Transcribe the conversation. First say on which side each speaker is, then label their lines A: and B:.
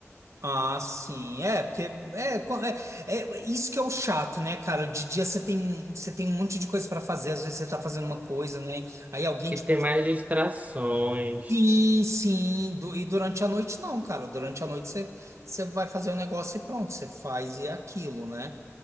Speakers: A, on the right; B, on the right.
A: Ah, sim, é, porque é, co- é, é- isso que é o chato, né, cara? De dia você tem, você tem um monte de coisa para fazer, às vezes você tá fazendo uma coisa, né? Aí alguém
B: E
A: te
B: tem
A: pede,
B: mais distrações.
A: sim, sim, du- e durante a noite não, cara. Durante a noite você, você vai fazer o negócio e pronto, você faz e é aquilo, né?